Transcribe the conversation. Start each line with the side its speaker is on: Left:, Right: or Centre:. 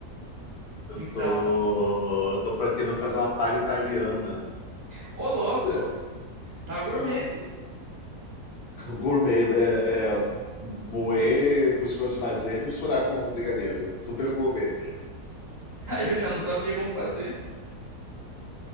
Left: Eu
Right: Então,
Left: tô, eu tô pra- querendo fazer uma palha italiana.
Right: ô louco,
Left: É,
Right: tá gourmet.
Left: é, gourmet. É, é, moer biscoito de maisena e misturar com brigadeiro. Super gourmet.
Right: <laughs> Aí eu já não sabia como fazer.